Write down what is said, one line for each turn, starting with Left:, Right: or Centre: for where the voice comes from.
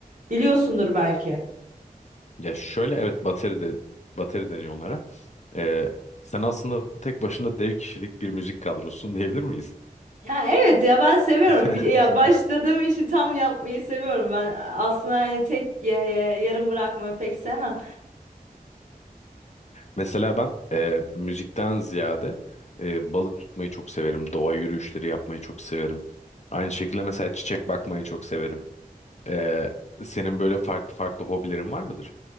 Right: biliyorsundur belki.
Left: Ya şöyle evet bateri de bateri deniyor onlara. Ee, sen aslında tek başına dev kişilik bir müzik kadrosun diyebilir miyiz?
Right: Ya evet ya ben seviyorum.
Left: <laughs>
Right: Ya başladığım işi tam yapmayı seviyorum. Ben aslında hani tek ya- ya- yarım bırakmayı pek sevmem.
Left: Mesela ben e, müzikten ziyade e, balık tutmayı çok severim. Doğa yürüyüşleri yapmayı çok severim. Aynı şekilde mesela çiçek bakmayı çok severim. E, senin böyle farklı farklı hobilerin var mıdır?